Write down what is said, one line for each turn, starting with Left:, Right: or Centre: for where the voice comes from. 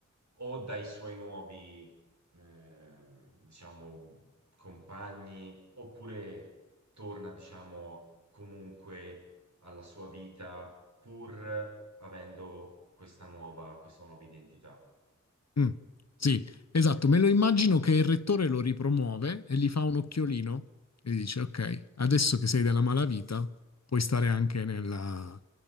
Right: o dai suoi nuovi, ehm, diciamo, compagni, oppure torna, diciamo, comunque alla sua vita pur avendo questa nuova, questa nuova identità.
Left: mm. Sì, esatto, me lo immagino che il rettore lo ripromuove e gli fa un occhiolino e gli dice, ok, adesso che sei della malavita, puoi stare anche nella,